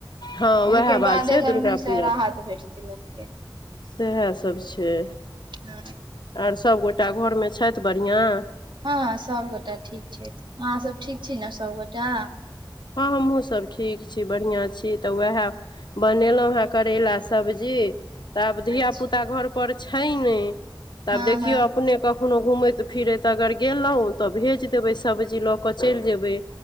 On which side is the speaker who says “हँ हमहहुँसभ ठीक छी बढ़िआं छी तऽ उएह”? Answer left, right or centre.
Left